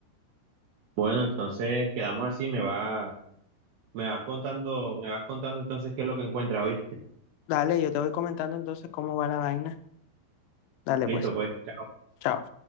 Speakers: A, on the right; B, on the left.
A: Bueno, entonces quedamos así, me va. Me vas contando, me vas contando entonces qué es lo que encuentras, ¿oíste?
B: Dale, yo te voy comentando entonces cómo va la vaina. Dale,
A: Listo,
B: pues,
A: pues. chao.
B: chao.